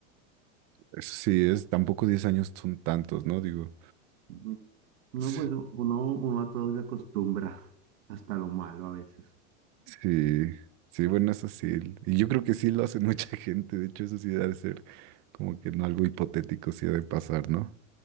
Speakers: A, on the right (about 45°); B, on the right (about 80°).
A: eso sí es, tampoco 10 años son tantos, ¿no? Digo,
B: Mm, No,
A: <laughs>
B: pues u- uno, uno a todo se acostumbra, <laughs> hasta lo malo a veces.
A: Sí, sí, bueno, eso sí. Y yo creo que sí lo hace <laughs> mucha gente. De hecho, eso sí debe ser como que no algo hipotético, sí ha de pasar, ¿no?